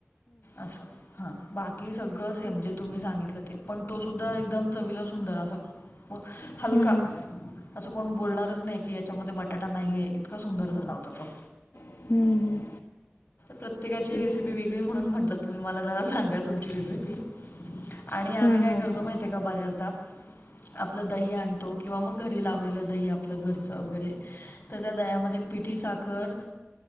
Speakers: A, on the left; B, on the left.
A: असं हां. बाकी सगळं सेम जे तुम्ही सांगितलं ते पण तो सुद्धा एकदम चवीला सुंदर असं.
B: हां
A: हलका
B: हां
A: असं कोण बोलणारच नाही. की याच्या मध्ये बटाटा नाहीये इतका सुंदर झाला होता तो.
B: हां हां
A: प्रत्येकाची
B: तेच
A: रेसिपी वेगळी म्हणून म्हंटलं तुम्ही मला जरा सांगत. तुमची रेसिपी आणि आम्ही
B: हां
A: काय
B: हां
A: करतो
B: हां
A: माहिती. ते का बऱ्याचदा आपलं दही आणतो किंवा मग घरी लावलेलं दही आपलं घरचं वगैरे - तर त दह्यामध्ये पिठी साखर